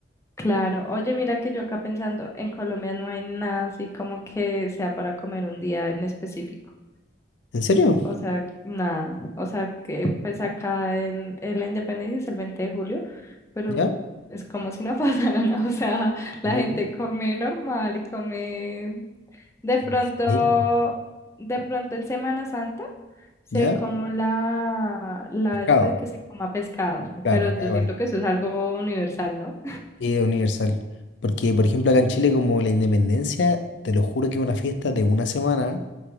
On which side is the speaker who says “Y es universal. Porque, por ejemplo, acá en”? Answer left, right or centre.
Left